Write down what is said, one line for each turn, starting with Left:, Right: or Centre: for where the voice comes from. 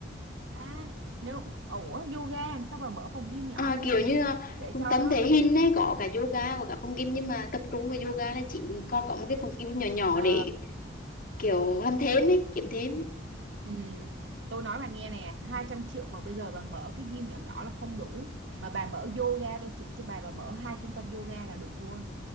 Right: à nếu ủa yoga làm sao bà mở phòng gym nhỏ
Left: À,
Right: làm
Left: kiểu
Right: gì
Left: như à,
Right: để
Left: trung
Right: cho
Left: tâm
Right: nó
Left: thể hình ấy có cả yoga có cả phòng gym nhưng mà tập trung vào yoga là chỉ còn có một cái phòng gym nhỏ nhỏ
Right: ờ
Left: để kiểu làm thêm ấy kiếm thêm ấy
Right: ừ tôi nói bà nghe nè 200 triệu mà bây giờ bà mở cái gym nhỏ nhỏ là không đủ mà bà mở yoga tôi chỉ cho bà bà mở hai trung tâm yoga là được luôn